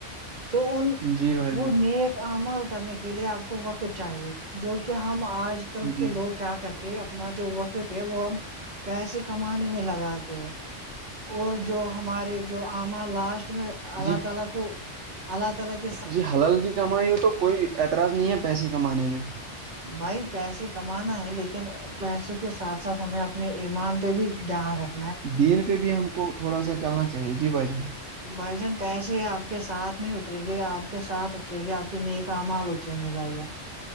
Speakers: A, on the right; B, on the right.
A: تو ان
B: جی بھائی
A: وہ
B: جان
A: نیک عمل کرنے کے لیے آپ کو وقت چاہیے جو کہ ہم آج کل
B: جی
A: کے لوگ کیا کرتے اپنا جو وقت ہے وہ ہم پیسے کمانے میں لگاتے ہیں کو جو ہمارے جو اعمال لاسٹ میں اللہ
B: جی
A: تعالی کو اللہ ت الگ
B: جی حلل کی کمائی ہو تو کوئی اعتراض نہیں ہے پیسے کمانے میں
A: بھائی پیسے کمانا ہے لیکن پیسوں کے ساتھ ساتھ ہمیں اپنے ایمان پہ بھی دھیان رکھ
B: دین پہ بھی ہم کو تھوڑا سا چلنا چاہیے جی بھ جان
A: بھائی جان پیسے آپ کے ساتھ نہیں اترے گی آپ کے ساتھ اترے گی آپ کی نیک مال ات یں گے بھائی جان